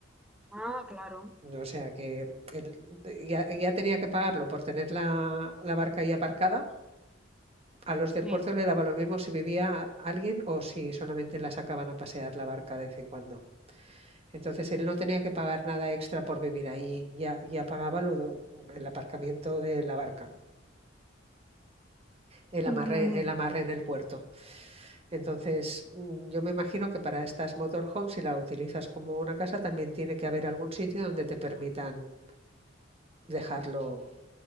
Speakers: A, in the centre; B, on the right (about 30°).
A: Ah, claro,
B: O sea que él ya, ya tenía que pagarlo por tener la, la barca ahí aparcada. A los del
A: sí.
B: puerto le daba lo mismo si vivía alguien o si solamente la sacaban a pasear la barca de vez en cuando. Entonces él no tenía que pagar nada extra por vivir ahí, ya, ya pagaba lo el aparcamiento de la barca, el amarre,
A: Mm,
B: el amarre en el puerto. Entonces mm, yo me imagino que para estas motorhomes, si la utilizas como una casa, también tiene que haber algún sitio donde te permitan dejarlo.